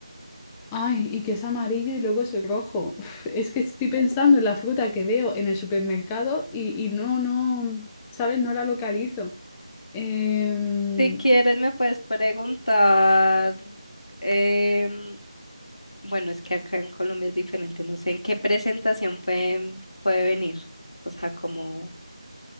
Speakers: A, in the centre; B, on the left.
A: Ay, y que es amarillo y luego es rojo. <laughs> Uf, es que estoy pensando en la fruta que veo en el supermercado y, y no, no, ¿sabes? No la localizo. Em,
B: Si quieres, me puedes preguntar, em, bueno, es que acá en Colombia es diferente, no sé en qué presentación pueden, puede venir, o sea, como...